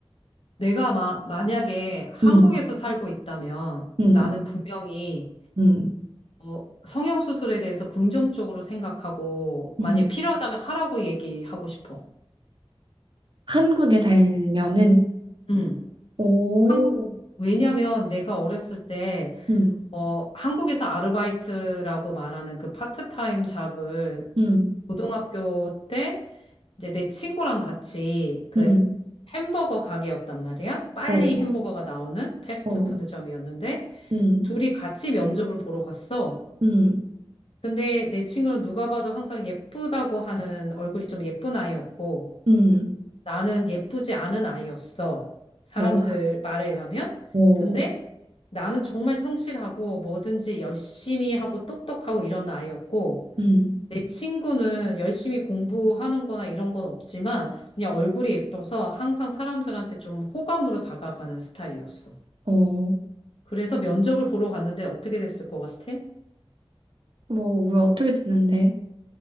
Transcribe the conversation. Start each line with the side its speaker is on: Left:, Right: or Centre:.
Left: 내가 마, 만약에 한국에서
Right: 음,
Left: 살고 있다면
Right: 음,
Left: 나는 분명히
Right: 음,
Left: 어, 성형수술에 대해서 긍정적으로 생각하고
Right: 음.
Left: 만약 필요하다면 하라고 얘기하고 싶어.
Right: 한국에 살면은
Left: 응.
Right: 오,
Left: 한국, 왜냐면 내가 어렸을 때
Right: 음,
Left: 어, 한국에서 아르바이트라고 말하는 그 파트타임 잡을
Right: 음,
Left: 고등학교 때 이제 내 친구랑 같이 그
Right: 음,
Left: 햄버거 가게였단 말이야. 빨리
Right: 어,
Left: 햄버거가 나오는 패스트푸드점이었는데
Right: 어, 음,
Left: 둘이 같이 면접을 보러 갔어.
Right: 음,
Left: 근데 내 친구는 누가 봐도 항상 예쁘다고 하는 얼굴이 좀 예쁜 아이였고
Right: 음,
Left: 나는 예쁘지 않은 아이였어. 사람들
Right: 어,
Left: 말에 의하면.
Right: 오,
Left: 근데 나는 정말 성실하고 뭐든지 열심히 하고 똑똑하고 이런 아이였고
Right: 음,
Left: 내 친구는 열심히 공부하는 거나 이런 건 없지만 그냥 얼굴이 예뻐서 항상 사람들한테 좀 호감으로 다가가는 스타일이었어.
Right: 어,
Left: 그래서 면접을 보러 갔는데 어떻게 됐을 것 같아?
Right: 뭐, 왜 어떻게 되는데?